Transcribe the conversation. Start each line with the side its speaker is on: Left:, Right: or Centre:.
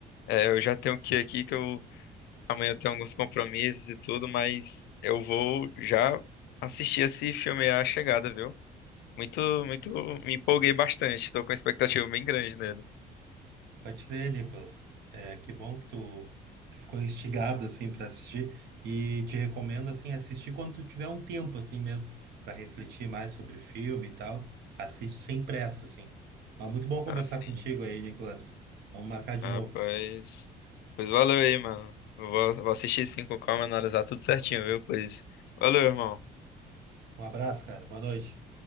Left: é, eu já tenho que ir aqui, que eu amanhã eu tenho alguns compromissos e tudo, mas eu vou já assistir esse filme A Chegada, viu? Muito, muito, me empolguei bastante, tô com uma expectativa bem grande nele.
Right: Pode crer, Nicolas. É, que bom que tu, tu ficou instigado assim para assistir e te recomendo assim assistir quando tu tiver um tempo assim mesmo para refletir mais sobre o filme e tal. Assiste sem pressa assim. Mas muito bom conversar
Left: Assim.
Right: contigo aí, Nicolas. Vamos marcar de
Left: Rapaz.
Right: novo.
Left: Pois valeu aí, mano. Eu vou, vou assistir sim com calma, e analisar tudo certinho, viu? Pois valeu, irmão.
Right: Um abraço, cara. Boa noite.